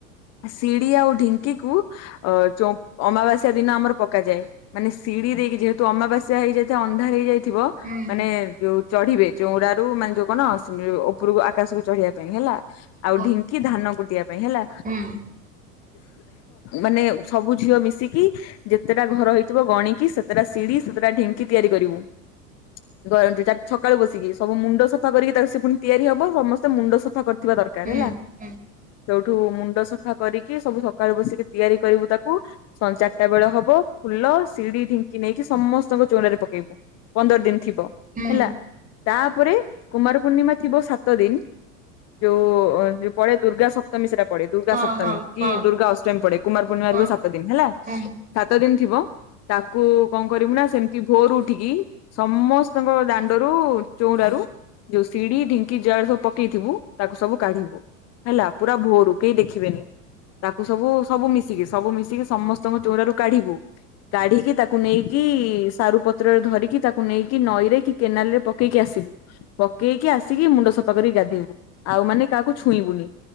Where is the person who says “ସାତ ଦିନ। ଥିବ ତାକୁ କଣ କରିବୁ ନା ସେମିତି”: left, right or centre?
Left